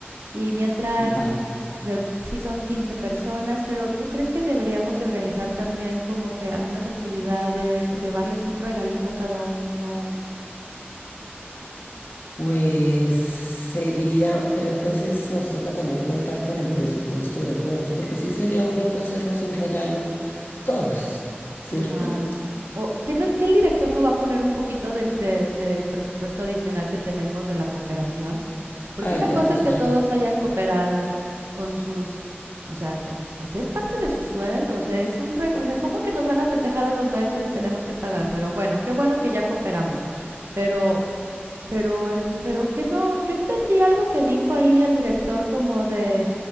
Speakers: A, on the right (about 70°); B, on the left (about 60°).
A: Y mientras,
B: vale.
A: o sea, sí son 15 personas, pero ¿tú crees que deberíamos de organizar también como que algunas actividades o llevarles un regalito a cada uno?
B: Pues sería, pero entonces nos toca también contar con el presupuesto de todos, porque sí sería bonito hacernos un regalo todos, ¿cierto?
A: Ajá. O que, no- que el director no va a poner un poquito del, de- del presupuesto adicional que tenemos de la cooperación. Porque
B: Ay,
A: una
B: ya
A: cosa
B: tú
A: es
B: sabes.
A: que todos hayan cooperado con sus, o sea, con, pues es parte de su sueldo, o sea, es un, re- o sea, ¿cómo que nos van a festejar a los maestros si tenemos que pagar? Pero bueno, qué bueno que ya cooperamos. Pero pero el pero que no yo entendí algo que dijo ahí el director como de